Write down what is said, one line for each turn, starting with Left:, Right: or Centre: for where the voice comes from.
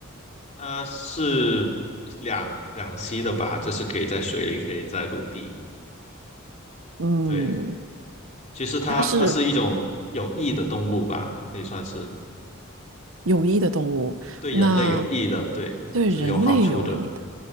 Left: 它是两两栖的吧，就是可以在水里，可以在陆地。
Right: 嗯，
Left: 对，其实它它是一种有益的动物吧，
Right: 它是
Left: 可以算是
Right: 有益的动物，
Left: 对人类有益的，
Right: 那
Left: 对，
Right: 对人类有益的，
Left: 是有好处的。